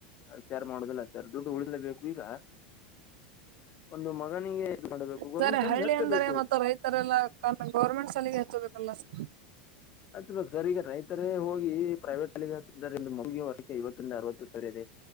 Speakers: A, on the left (about 40°); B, on the right (about 75°).
A: ವಿಚಾರ ಮಾಡುವುದಿಲ್ಲ <unintelligible> ಈಗ ಒಂದು ಮಗನಿಗೆ ಇದು ಮಾಡಬೇಕು ಗೌರ್ಮೆಂಟ್
B: ಸರ್
A: ಶಾಲೆಗೆ
B: ಹಳ್ಳಿ
A: ಹಚ್ಚಬೇಕು
B: ಅಂದರೆ ಮತ್ತ ರೈತರೆಲ್ಲ ಕ ಗೌರ್ಮೆಂಟ್ ಸಾಲಿಗೆ ಹಚ್ಚಬೇಕಲ್ಲಾ ಸರ್
A: ಹಚ್ ಬೇಕ್ ಸರ್ ಈಗ ರೈತರೇ ಹೋಗಿ ಪ್ರೈವೇಟ್ ಶಾಲಿಗಿ ಇದರಿಂದು <unintelligible> ಐವತ್ತಂದ ಅರವತ್ತು ಸಾವಿರ ಇದೆ